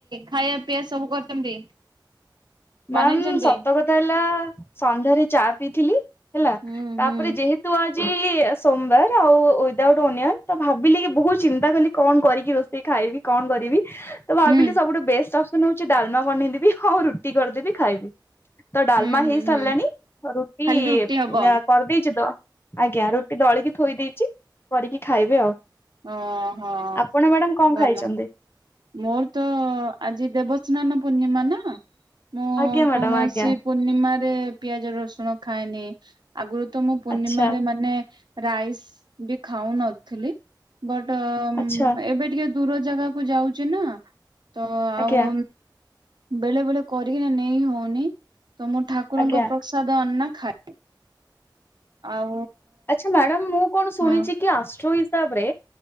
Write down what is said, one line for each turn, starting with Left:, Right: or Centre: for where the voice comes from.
Right: ଖାଇବା ପିଆ ସବୁ କରିଛନ୍ତି।
Left: <inaudible> ମ୍ୟାମ୍
Right: ବନେଇଛନ୍ତି?
Left: ସତ କଥା ହେଲା ସନ୍ଧ୍ୟାରେ ଚା ପିଇଥିଲି ହେଲା
Right: ହୁଁ
Left: ତାପରେ
Right: ହୁଁ।
Left: ଯେହେ ତୁ ଆଜି ସୋମବାର ଆଉ ୱିଦଆଉଟ ଓନିଅନ ତ ଭାବିଲି କି ବହୁତ ଚିନ୍ତା କଲି କଣ କରିକି ରୋଷ ଷେଇ ଖାଇବି କଣ କରିବି ତ ଭାବିଲି
Right: ହୁଁ
Left: ସବୁଠୁ ବେଷ୍ଟ ଅପ୍ସନ୍ ହଉଚି ଡାଲମା ବନେଇଦବି ହଉ ରୁ ଟି କରିଦେବି ଖାଇବି ତ ଡାଲମା
Right: ହୁଁ
Left: ହେଇସାରିଲାଣି
Right: ହୁଁ ହୁଁ
Left: ରୁଟି
Right: ଖାଲି ହବ
Left: ଉଁ ଆ କରିଦେଇଚୁ ତ ଆଜ୍ଞା ରୁଟି ଦଳିକି ଥୋଇ ଦେଇଚି। କରିକି ଖାଇବି ଆଉ
Right: ଓହୋ।
Left: ଆପଣ ମ୍ୟାଡ଼ାମ କଣ
Right: ଭଲ
Left: ଖାଇଚନ୍ତି।
Right: ମୋର ତ ଆଜି ଦେବସ୍ନାନ ପୂର୍ଣ୍ଣିମା ନା ମୁଁ
Left: ଆଜ୍ଞା ମ୍ୟାଡାମ
Right: କୌଣସି
Left: ଆଜ୍ଞା
Right: ପୂର୍ଣ୍ଣିମ ାରେ ପିଆଜ ରସୁଣ ଖାଏନି ଆଗରୁ ତ ମୁଁ ପୂର୍ଣ୍ଣିମାରେ
Left: ଆଚ୍ଛା
Right: ମାନେ ରାଇସ୍ ବି ଖାଉନଥିଲି ବଟ୍
Left: ଆଚ୍ଛା
Right: ଏବେ ଟିକେ ଦୂର ଜାଗାକୁ ଯାଉଛି ନା ତ ଆଉ
Left: ଆଜ୍ଞା
Right: ବେଳେ ବେଳେ କରିକିନା ନେଇ ହଉନି ତ ମୁଁ ଠାକୁରଙ୍କ
Left: ଆଜ୍ଞା
Right: ପ୍ରସାଦ ଅନା ଖାଇଏ ଆଉ
Left: ଆଚ୍ଛା ମ୍ୟାଡାମ ମୁଁ କଣ ଶୁଣିଛି
Right: ହଁ
Left: କି ଆଷ୍ଟ୍ର ହିସାବରେ